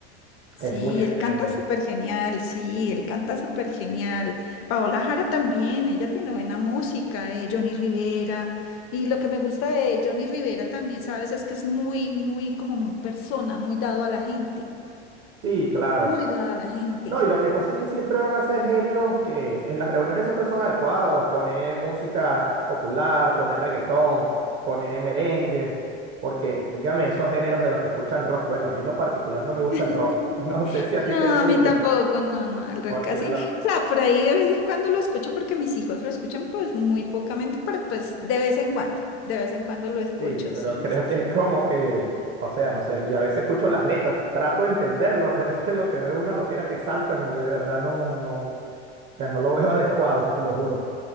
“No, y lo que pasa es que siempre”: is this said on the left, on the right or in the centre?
Right